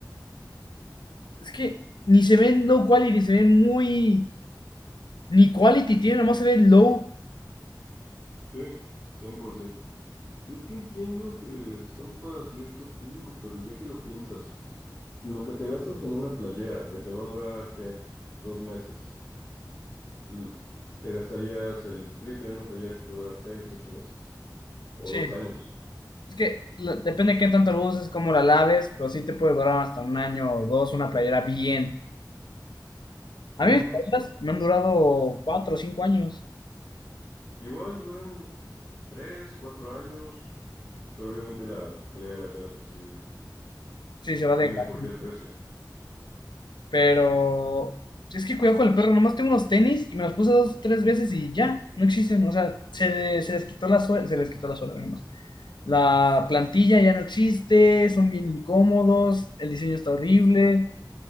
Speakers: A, on the left; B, on the left.
A: Es que ni se ven low quality, se ven muy... Ni quality tiene, nomás se ve low.
B: Sí, 100%. Y es que entiendo que son para cierto público, pero ya que lo piensas, lo que te gastas en una playera que te va a durar, ¿qué? Dos meses. l- Te gastarías el triple en una playera que te dura seis, ocho meses o
A: Sí.
B: dos años.
A: Es que la- depende de qué tanto lo uses, cómo la laves, pero sí te puede durar hasta un año o dos una playera bien.
B: Ujú.
A: A mí mis playeras me han durado cuatro o cinco años.
B: Igual duran tres, cuatro años, pero obviamente la calidad de la tela, pues sí,
A: Sí, se va
B: entiendes
A: degradando.
B: por qué el precio.
A: Pero sí, es que cuidado con el perro, nomás tengo unos tenis y me los puse dos, tres veces y ya, no existen. O sea, se, le- se les quitó la suela, se les quitó la suela, nomás. La plantilla ya no existe, son bien incómodos, el diseño está horrible,